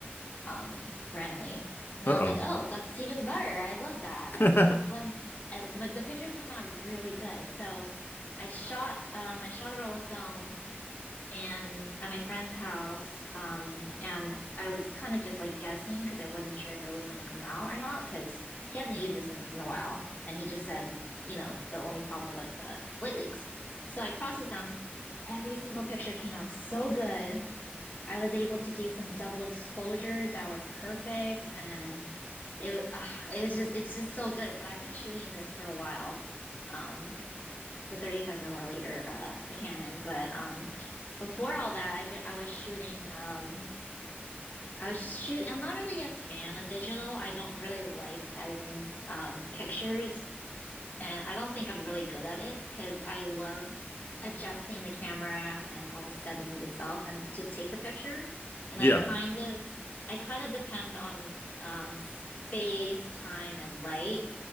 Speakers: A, on the left; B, on the left.
A: um, randomly. And
B: Uh-oh.
A: I was like, oh, that's even better. I love that.
B: <laughs>
A: I love when I but the pictures come out really good. So I shot um I shot a roll of film and at my friend's house um and I was kind of just like guessing because I wasn't sure if it was going to come out or not because he hasn't used this in, in a while and he just said, you know, the only problem was the light leaks. So I processed them. Every single picture came out so good. I was able to do some double exposures that were perfect, and it uh, it was just it's just so good. So I've been shooting this for a while, um, the 35 milliliter uh the Canon, but um before all that, I've been I was shooting um I was shooting. I'm not really a fan of digital. I don't really like editing um pictures. And I don't think I'm really good at it because I love adjusting the camera and all the settings itself and to take the picture. And
B: Yeah.
A: I kind of, I kind of depend on um, space, time, and light